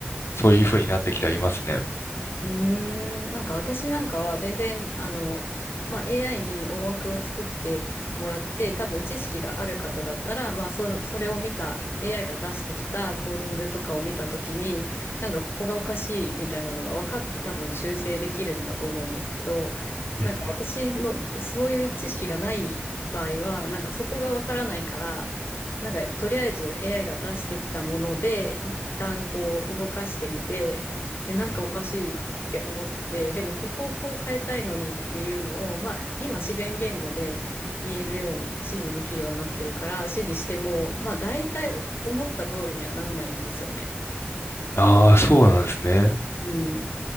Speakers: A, on the left; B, on the left.
A: そういう風になってきてはいますね。
B: うーん、なんか私なんかは全然、あの、まあ、AI に大枠を作ってもらって、多分知識がある方だったら、まあ、そ、それを見た、AI が出してきたコーディングとかを見たときに、なんかここがおかしいみたいなのが分かって多分修正できるんだと思うんですけど、
A: うんうん
B: なんか私のそういう知識がない場合は、なんかそこが分からないから、なんかとりあえず AI が出してきたもので、一旦こう動かしてみて、え、なんかおかしいって思ってでもここをこう変えたいのにっていうのを、
A: うん
B: まあ、今自然言語で言えるように指示できるようになってるから指示しても、
A: うん
B: まあ、大体お思った通りにはなんないんですよね。
A: ああ、そうなんですね。
B: うん、